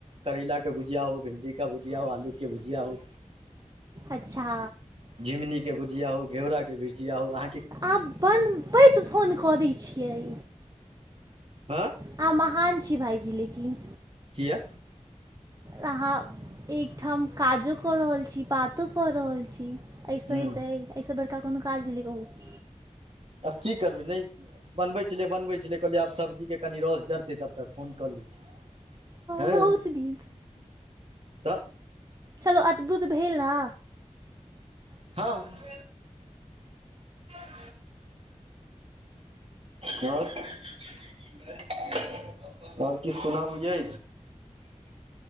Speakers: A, on the right (about 55°); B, on the right (about 30°).
A: करैला के भुजिया हो भिन्डी का भुजिया हो आलू की भुजिया हो
B: अच्छा
A: झिंमनी के भुझिया हो घेयोरा के भुजिया हो अहा
B: आब बनबैत फोन कऽ दै छियै
A: आँ
B: अहा महान छी भाईजी लेकिन
A: किये
B: अहाँ एकठाम काजो कऽ रहल छी बातो कऽ रहल छी ऐ सऽ
A: हूँ
B: हेतै अए सऽ बड़का कोनो काज भेलै कहू
A: आब की करबै नहि बनबै छलियै बनबै छलियै कहलियै आब सब्जीके कनि रस जरतै तब तक फोन कऽ लै छियै हँ
B: बहुत नीक
A: तऽ
B: चलू अद्भुत भेल नऽ
A: हँ <inaudible> हॅं <inaudible> आओर किछु सुनाबू यै